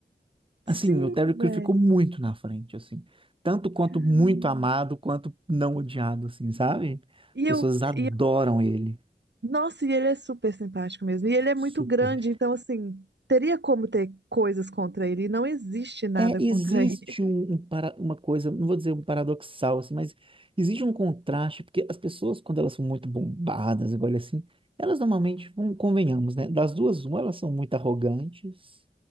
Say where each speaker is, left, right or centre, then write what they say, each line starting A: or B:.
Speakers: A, on the right; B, on the right.
A: Assim,
B: sim,
A: o Terry Crews
B: velho.
A: ficou muito na frente, assim. Tanto quanto
B: Caramba.
A: muito amado, quanto não odiado, assim, sabe?
B: E
A: As pessoas
B: eu,
A: adoram
B: e
A: ele.
B: Nossa, e ele é super simpático mesmo. E ele é
A: Super.
B: muito grande, então, assim, teria como ter coisas contra ele. E não existe nada
A: É,
B: contra
A: existe
B: ele.
A: um, um para, uma coisa, não vou dizer um paradoxal, assim, mas existe um contraste, porque as pessoas, quando elas são muito bombadas, agora assim, elas normalmente, vamos- convenhamos, né? Das duas, uma, elas são muito arrogantes,